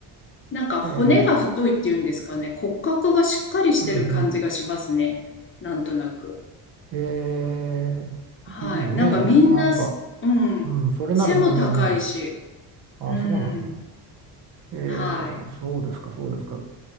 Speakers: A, on the left; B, on the right.
A: なんか骨が太いっていうんですかね。
B: え
A: 骨格がしっかりしてる感じがしますね。
B: ー、うんうん。
A: なんとなく。
B: えー、
A: はい。
B: いいね。
A: なんかみんなす、
B: な、なんか、
A: うん。
B: うん、それなら問題ない。
A: 背も高いし。
B: あ、
A: うん。
B: そうなんだ。えー、
A: はい。
B: そうですか、そうですか。